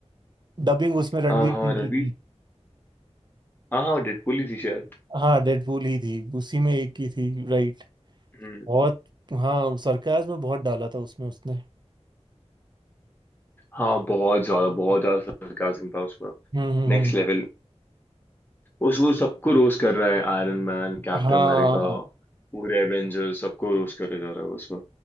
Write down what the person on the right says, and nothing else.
डबिंग उसमें रणवीर
सिंह
की थी
हाँ डेडपूल ही थी उसी में एक की थी राइट
बहुत हाँ सरकाज में बहुत डाला था उसमें उसने
हम्म हम्म
हम्म।
हाँ